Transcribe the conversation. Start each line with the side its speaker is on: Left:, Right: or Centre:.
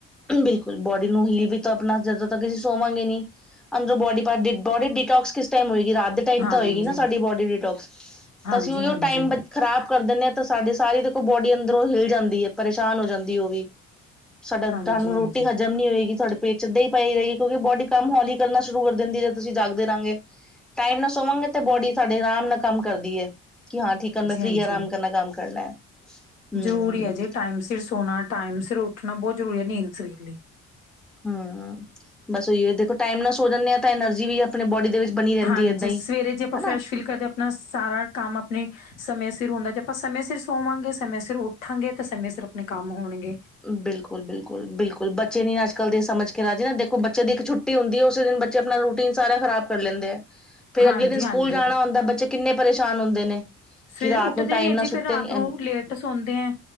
Centre: ਬਿਲਕੁਲ ਬੋਡੀ ਨੂੰ ਹੀ ਆਪਣਾ ਜਿਆਦਾ ਤੱਕ ਸੋਵਾਂਗੇ ਨਹੀਂ, ਅੰਦਰੋਂ ਬੋਡੀ ਪਾਰਟ ਬੋਡੀ ਡਿਟੋਕਸ ਕਿਸ ਟਾਈਮ ਹੋਏਗੀ ਰਾਤ ਦੇ ਟਾਇਮ
Left: ਹਾਂਜੀ,
Centre: ਤਾਂ ਹੋਏਗੀ ਨਾ ਸਾਡੀ ਬੋਡੀਟੋਕਸ
Left: ਹਾਂਜੀ,
Centre: ਤਾਂ ਅਸੀਂ ਉਹੀ
Left: ਹਾਂਜੀ,
Centre: ਟਾਈਮ ਖ਼ਰਾਬ ਕਰ ਦਿੰਦੇ ਆ ਤਾਂ ਸਾਡੀ ਸਾਰੀ ਦੇਖੋ ਬੋਡੀ ਅੰਦਰੋਂ ਹਿਲ ਜਾਂਦੀ ਹੈ ਪਰੇਸ਼ਾਨ ਹੋ ਜਾਂਦੀ ਉਹ ਵੀ, ਸਾਡਾ ਤੁਹਾਨੂੰ
Left: ਹਾਂਜੀ, ਹਾਂਜੀ,
Centre: ਰੋਟੀ ਹਜ਼ਮ
Left: ਹਾਂਜੀ,
Centre: ਨੀ ਹੋਏਗੀ ਤੁਹਾਡੇ, ਪੇਟ ਚ ਇਦਾਂ ਹੀ ਪਈ ਰਹੀ ਕਿਉਕਿ ਬੋਡੀ ਕੰਮ ਹੌਲੀ ਕਰਨਾ ਸ਼ੁਰੂ ਕਰ ਦਿੰਦੀ ਹੈ ਤੁਸੀਂ ਜਾਗਦੇ ਰਹਾਂਗੇ, ਟਾਈਮ ਨਾਲ ਸੋਵਾਂਗੇ ਤੇ ਬੋਡੀ ਸਾਡੇ ਆਰਾਮ ਨਾਲ ਕੰਮ ਕਰਦੀ ਹੈ। ਕਿ ਹਾਂ ਠੀਕ ਆ ਮੈਂ ਫਰੀ
Left: ਹਾਂਜੀ
Centre: ਆਰਾਮ ਕਰਨਾ ਕੰਮ ਕਰਨਾ ਹੈ। ਹਮ
Left: ਜ਼ਰੂਰੀ ਹੈ ਜੀ ਟਾਈਮ ਸਿਰ ਸੋਣਾ ਟਾਈਮ ਸਿਰ ਉੱਠਣਾ ਬਹੁਤ ਜ਼ਰੂਰੀ ਹੈ ਨੀਂਦ ਸਰੀਰ ਲਈ,
Centre: ਹੂੰ, ਬਸ ਉਹੀ ਹੈ ਦੇਖੋ ਟਾਈਮ ਨਾਲ ਸੋ ਜਾਂਦੇ ਹਾਂ ਤਾਂ ਐਨਰਜੀ ਵੀ ਆਪਣੇ ਬੋਡੀ ਦੇ ਵਿੱਚ ਬਣੀ ਰਹਿੰਦੀ
Left: ਹਾਂਜੀ
Centre: ਹੈ ਇਦਾਂ ਹੀ
Left: ਸਵੇਰੇ ਜੇ ਆਪਾਂ
Centre: ਹਨਾ,
Left: ਫਰੈਸ਼ ਫੀਲ ਕਰਦੇ ਸਾਰਾ ਕੰਮ ਆਪਣੇ, ਸਮੇਂ ਸਿਰ ਹੁੰਦਾ ਜੇ ਆਪਾਂ ਸਮੇਂ ਸਿਰ ਸੋਵਾਂਗੇ ਸਮੇਂ ਸਿਰ ਉੱਠਾਂਗੇ ਤੇ ਸਮੇਂ ਸਿਰ ਆਪਣੇ ਕੰਮ ਹੋਣਗੇ।
Centre: ਬਿਲਕੁਲ, ਬਿਲਕੁਲ, ਬਿਲਕੁਲ, ਬੱਚੇ ਨੀ ਅੱਜ ਕੱਲ੍ਹ ਦੇ ਸਮਝ ਕੇ ਰਾਜੀ ਨਾ ਦੇਖੋ ਬੱਚੇ ਦੀ ਇੱਕ ਛੁ ਛੁੱਟੀ ਹੁੰਦੀ ਉਸੇ ਦਿਨ ਬੱਚੇ ਆਪਣਾ ਰੂਟੀਨ ਸਾਰਾ ਖਰਾਬ ਕਰ ਲੈਂਦੇ ਆ, ਫੇਰ
Left: ਹਾਂਜੀ
Centre: ਅਗਲੇ ਦਿਨ
Left: ਹਾਂਜੀ
Centre: ਸਕੂਲ ਜਾਣਾ ਹੁੰਦਾ ਬੱਚੇ ਕਿੰਨੇ ਪਰੇਸ਼ਾਨ ਹੁੰਦੇ ਨੇ।
Left: ਸਵੇਰੇ
Centre: ਕਿ ਰਾਤ
Left: ਉੱਠਦੇ
Centre: ਨੂੰ ਟਾਈਮ
Left: ਨੇ
Centre: ਨਾਲ
Left: ਜੀ
Centre: ਸੁੱਤੇ
Left: ਫਿਰ ਰਾਤ
Centre: ਨੀ
Left: ਨੂੰ ਲੇਟ ਸੌਦੇ ਹੈ।